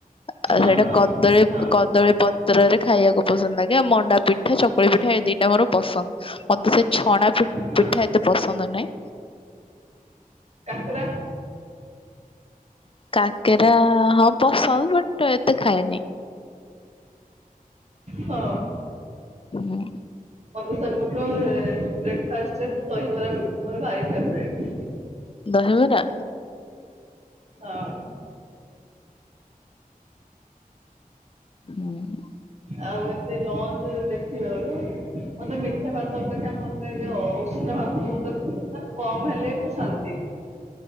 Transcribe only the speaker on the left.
ଆଉ
ସେଇଟା
କଦଳୀ,
କଦଳୀ ପତ୍ରରେ ଖାଇବାକୁ ପସନ୍ଦ ଲାଗେ, ଆଉ ମଣ୍ଡାପି ପିଠା, ଚକୁଳି ପିଠା, ଏ ଦିଟା ମୋର ପସନ୍ଦ, ମତେ ସେ ଛଣା ପିଠା
ଏତେ ପସନ୍ଦ ନାହିଁ।
କାକେରା ହଁ ପସନ୍ଦ୍, ବଟ୍ ଏତେ ଖାଏନି।
ହୁଁ।
ଦହିବରା?
ହୁଁ